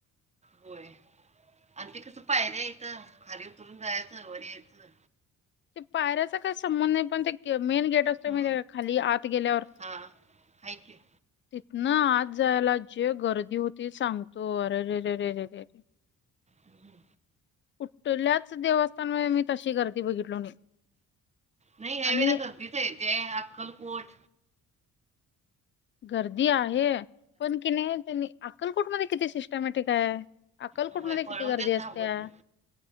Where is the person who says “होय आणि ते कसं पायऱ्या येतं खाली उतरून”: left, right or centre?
Right